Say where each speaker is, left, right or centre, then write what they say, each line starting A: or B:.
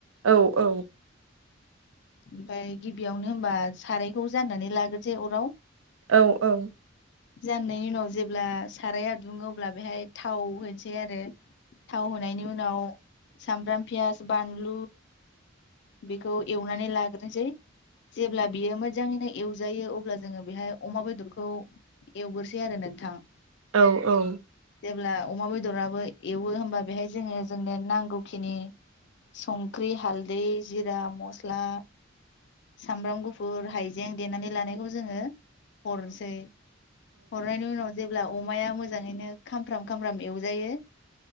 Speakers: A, on the right (about 80°); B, on the left (about 60°).
A: औ औ
B: ओमफाय गिबियावनो होमबा सारायखौ जाननानै लाग्रोसै अराव
A: औ औ
B: जाननायनि उनाव जेब्ला साराया दुंङो अब्ला बेहाय थाव होनसै आरो थाव होनायनि उनाव सामब्राम फियास बानलु बेखौ एवनानै लाग्रो नोसै जेब्ला बियो मोजाङैनो एवजायो अब्ला जोंङो बेहाय अमा बेदरखौ एवग्रोसै आरो नोंथां
A: औ औ
B: जेब्ला अमा बेदराबो एवो होमबा बेहाय जोंङो जोंनो नांगौखिनि संख्रि हालदै जिरा मस्ला सामब्राम गुफुर हाइजें देनानै लानायखौ जोंङो हरसै हरनायनि उनाव जेब्ला अमाया मोजाङैनो खामफ्राम खामफ्राम एवजायो